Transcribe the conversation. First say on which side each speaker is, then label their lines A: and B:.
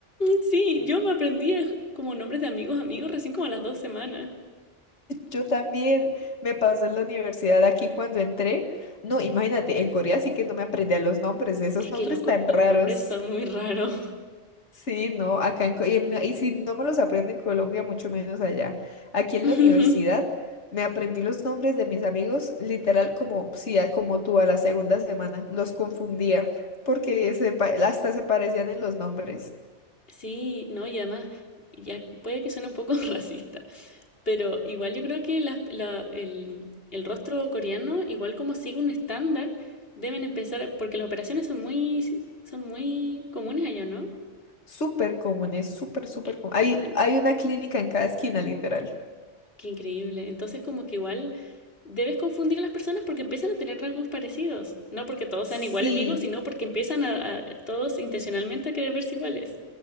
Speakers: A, on the left; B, on the left.
A: sí, yo me aprendí como nombres de amigos, amigos recién como a las dos semanas.
B: Yo también me pasó en la universidad aquí cuando entré. No, imagínate, en Corea sí que no me aprendí a los nombres, esos
A: Es que
B: nombres
A: los,
B: tan
A: los
B: raros.
A: nombres son muy raros.
B: Sí, no, acá en, Co- y, en- y si no me los aprendo en Colombia, mucho menos allá. Aquí en
A: <laughs>
B: la universidad me aprendí los nombres de mis amigos, literal como sí, a- como tú a la segunda semana, los confundía porque se pa- hasta se parecían en los nombres.
A: sí, no, y además, ya puede que suene un poco <laughs> racista, Pero igual yo creo que la la- el, el rostro coreano, igual como sigue un estándar, deben empezar, porque las operaciones son muy, si, son muy comunes allá, ¿no?
B: Súper comunes, súper, súper
A: Eh,
B: comunes. Hay,
A: en-
B: hay una clínica en cada esquina, literal.
A: qué increíble. Entonces como que igual debes confundir a las personas porque empiezan a tener rasgos parecidos. No porque todos sean
B: Sí.
A: iguales, digo, sino porque empiezan a, a- todos intencionalmente a querer verse iguales.